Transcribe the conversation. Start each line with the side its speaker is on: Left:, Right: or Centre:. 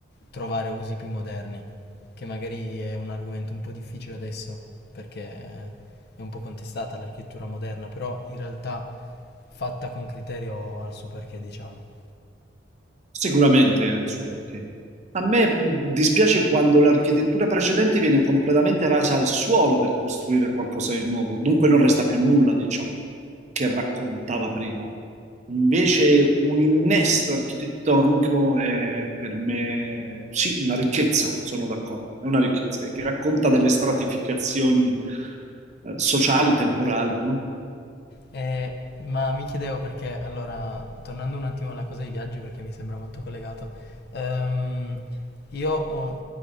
Left: trovare usi più moderni, che magari è un argomento un po' difficile adesso, perché è un po' contestata l'architettura moderna, però in realtà fatta con criterio ha il suo perché, diciamo.
Right: Sicuramente ha il suo perché. A me mh, dispiace quando l'architettura precedente viene completamente rasa al suolo per costruire qualcosa di nuovo, dunque non resta più nulla di ciò che raccontava prima. Invece un innesto architettonico è per me, sì, una ricchezza, sono d'accordo, è una ricchezza, e che racconta delle stratificazioni eh, sociali, temporali, no?
Left: Eh, ma mi chiedevo perché, allora, tornando un attimo alla cosa dei viaggi, perché mi sembra molto collegato, ehm, io ho,